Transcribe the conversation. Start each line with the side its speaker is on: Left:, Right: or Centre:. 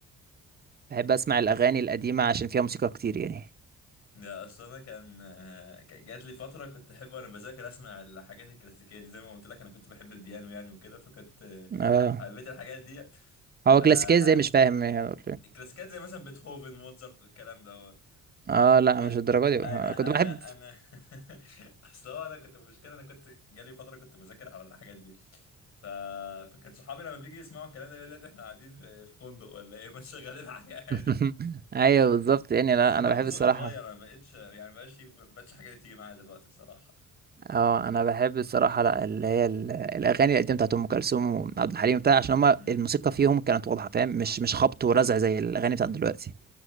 Right: بحب اسمع الاغاني
Left: <laughs> أصل
Right: القديمه عشان فيها موسيقى كتير يعني
Left: لا أصل أنا كان آه، كان جات لي فترة كنت أحب وأنا بذاكر أسمع الحاجات الكلاسيكية دي زي ما قلت لك أنا كنت بحب البيانو يعني وكده فكنت آه،
Right: اه
Left: حبيت الحاجات دي
Right: هو
Left: ف
Right: كلاسيكيه
Left: آه،
Right: ازاي مش فاهم يعني.
Left: الكلاسيكيات زي مثلا بيتهوفن موزارت والكلام ده
Right: اه لا
Left: انا
Right: مش الدرجات دي
Left: انا
Right: كنت بحب
Left: انا انا <laughs> اصل هو انا كنت المشكله انا كنت جالي فتره كنت بذاكر على الحاجات دي ف... فكان صحابي لما بيجي يسمعوا الكلام ده يقول لي يا ابني احنا قاعدين في في فندق ولا ايه <laughs> مش شغالين حاجه
Right: <laughs>
Left: عادي
Right: ايوه بالظبط يعني
Left: بس
Right: لا
Left: دلوقتي
Right: انا بحب
Left: ذوقي
Right: الصراحه
Left: اتغير انا ما بقتش يعني ما بقتش ما بقتش حاجه دي تيجي معايا دلوقتي بصراحه
Right: اه انا بحب الصراحه لا اللي هي ال- الاغاني القديمه بتاعت ام كلثوم وعبد الحليم بتاع عشان هما
Left: امم
Right: الموسيقى فيهم كانت واضحه فاهم مش مش خبط ورزع زي الاغاني بتاعت دلوقتي